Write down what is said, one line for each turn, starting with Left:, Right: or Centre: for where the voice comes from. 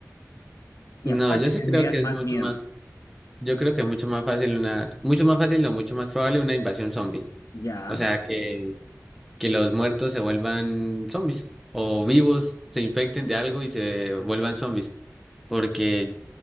Left: ¿Y
Centre: no,
Left: a cuál
Centre: yo
Left: le
Centre: sí
Left: tendrías
Centre: creo que es
Left: más
Centre: mucho
Left: miedo?
Centre: más, yo creo que es mucho más fácil una, mucho más fácil o mucho más probable una invasión zombie.
Left: Ya.
Centre: O sea, que, que los muertos se vuelvan zombies o vivos se infecten de algo y se vuelvan zombies. Porque